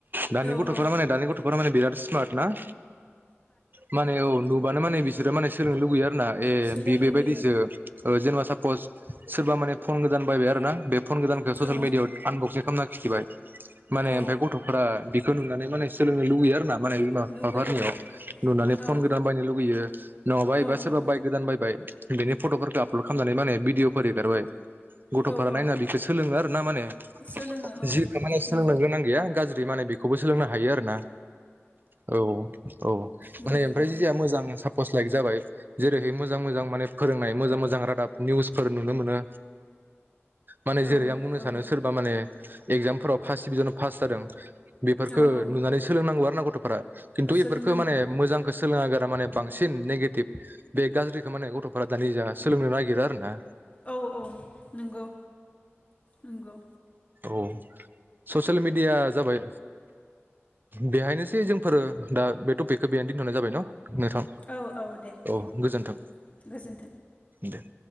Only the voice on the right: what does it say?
दानि
गथ'फोरा
माने द गथ'फोरा माने बिराद सुवात ना माने औ नुबानो माने बिसोरो माने सोलोंनो लुबैयो। ना ए
बेबायदिसो।
जेनेबा सापस सोरबा माने फन गोदान बायबाय आरो ना? बे फन गोदानखौ ससियेल
मिडिआव आनबक्सिं खालाम खिथिबाय <inaudible> माने
ओमफाय गथ'फोरा नुनानै मान सोंनो लुबैयो आरो ना माने बिमा बिफाफोरनियाव
नुनानै फन
गोदान बायनो लुगैयो नङाबा
एबा सोरबा
बाइक गोदान बायबाय। बेनि फट'फोरखौ आपल'ड खालामनानै माने भिडिअफोर एगारबाय। गथ'फोरा
नायना बिखौ सोलोङो आरो ना माने
जि माने सोलोंनो
गोनां गैया। गाज्रि माने बि। खौबो सोलोंनो हायो आरोना औ औ
माने ओमफ्राय
जोंहा मोजां सापस लाइक जाबाय जे ओेरै मोजां मोजां माने फोरोंनाय मोजां मोजां रादाब निउसफोर नुनो मोनो माने जेरै
आं बुंनो
सानो सोरबा माने एग्जामफोराव फार्स्ट डिभिजनाव पास जादों बेफोरखौ
नुनानै सोलोंनांगौ आरो ग फोरा खिन्थु
बेफोरखौ माने मोजांखौ सोलोङा गा माने बांसिन नेगेटिभ बे गाज्रिखौ माने गथ'फोरा दानि सोलोंनो नागिरो आरो ना
औ ससियेल मिडिया जाबाय बेहायनोसै जोंफोरो दा बे टपिकखौ बेहायनो दोनथ'नाय जाबाय न नोंथां
औ गोजोन्थों
दे